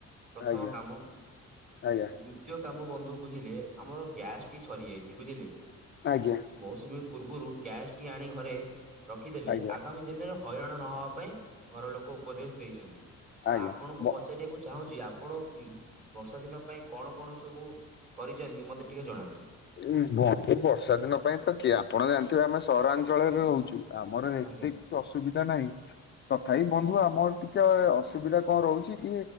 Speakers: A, on the right; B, on the left.
A: ପ୍ରଥମ
B: ଆଜ୍ଞା
A: କାମ ଦୁ
B: ଆଜ୍ଞା
A: ଦ୍ୱିତୀୟ କାମ ବନ୍ଧୁ ବୁଝିଲେ ଆମର ଗ୍ୟାସ୍ ଟି ସରିଯାଇଛି। ବୁଝିଲେ
B: ଆଜ୍ଞା
A: ମୌସୁମୀ ପୂର୍ବରୁ ଗ୍ୟାସ୍ ଟି ଆଣି ଘରେ ରଖିଦେଲେ
B: ଆଜ୍ଞା
A: ଆଗାମୀ ଦିନରେ ହଇରାଣ ନହବା ପାଇଁ ଘର ଲୋକ ଉପଦେଶ ଦେଇଛନ୍ତି। ତ
B: ଆଜ୍ଞା।
A: ଆପଣଙ୍କୁ
B: ବ
A: ପଚାରିବାକୁ ଚାହୁଁଚି ଆପ ପଣ କି ବର୍ଷା ଦିନ ପାଇଁ କଣ କଣ ସବୁ କରିଚନ୍ତି ମତେ ଟିକେ ଜଣାନ୍ତୁ?
B: ଏ ବନ୍ଧୁ ବର୍ଷା ଦିନ ପାଇଁତ କିଏ ଆପଣ ଜାଣିଥିବେ ଆମେ ସହରାଞ୍ଚଳରେ ରହୁଚୁ। ଆମର ଏତେ
A: ଆଜ୍ଞା
B: କିଛି ଅସୁବିଧା ନାହିଁ। ତଥାପି ବନ୍ଧୁ ଆମର ଟିକେ ଅସୁବିଧା କଣ ରହୁଛି କି?